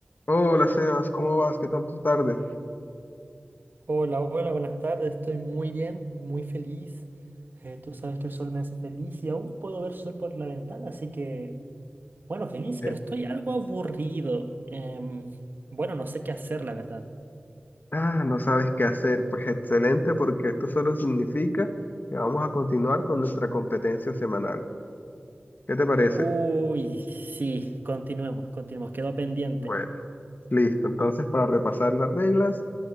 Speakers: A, on the left; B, on the right.
A: Hola Sebas, ¿cómo vas? ¿Qué tal tu tarde?
B: Hola, hola, buenas tardes. Estoy muy bien, muy feliz. Eh, tú sabes que el sol me hace feliz y aún puedo ver sol por la ventana, así que, bueno, feliz,
A: Eh,
B: pero estoy algo aburrido. Em, bueno, no sé qué hacer, la verdad.
A: ah, no sabes qué hacer. Pues excelente, porque esto solo significa que vamos a continuar con nuestra competencia semanal. ¿Qué te parece?
B: Uy, sí, continuemos, continuemos. Quedó pendiente.
A: Bueno, listo. Entonces, para repasar las reglas,